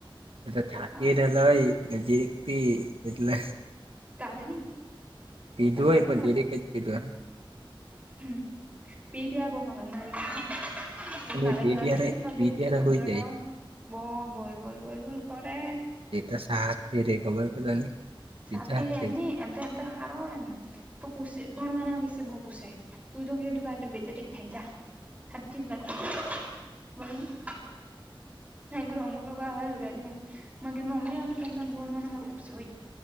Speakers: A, on the right; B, on the right.
A: <unintelligible>
B: હારું કાલે ની
A: પીધું
B: આ તો
A: હોય
B: પેક ની
A: પણ
B: મલે
A: જીરીક જ પીધું એમ
B: <unintelligible> <unintelligible>
A: અને પી ત્યારે પી ત્યારે હોય જાય
B: બો બોલ બોલ બોલ બોલ કરે
A: એતો શાંત ની રેય ખબર કે તને
B: <unintelligible>
A: બીજા હાથે
B: હારો એમ <unintelligible> <unintelligible> <unintelligible>